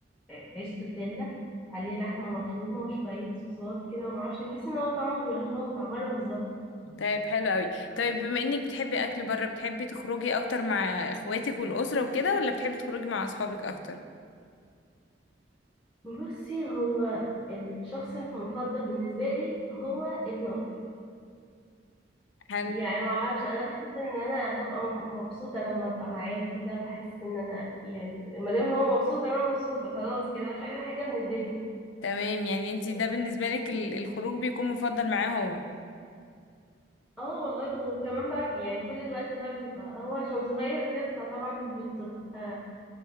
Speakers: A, in the centre; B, on the left (about 80°).
A: آه، آه، عيش تورتيلا عليه لحمه مفرومه وشويه صوصات كده وما اعرفش بحس ان هو طعمه بيبقى شبه بتاع بره بالظبط
B: طيب حلو قوي طيب بما انك بتحبي اكل بره بتحبي تخرجي اكتر مع اخواتك والاسره وكده ولا بتحبي تخرجي مع اصحابك اكتر
A: بصي هو الشخص المفضل بالنسبه لي هو ابن اختي
B: حلو
A: يعني ما اعرفش انا بحس ان انا ببقى م- مبسوطه لما ابقى معاه وكده بحس ان انا يعني ما دام هو مبسوط انا مبسوطه خلاص كده مش عايزه حاجه من الدنيا
B: تمام يعني انت
A: بس
B: ده بالنسبه لك ال- الخروج بيكون مفضل معاه هو
A: اه والله وكمان بقى يعني كل الوقت بقى بيبقى هو عشان صغير وكده فطبعا بتبقى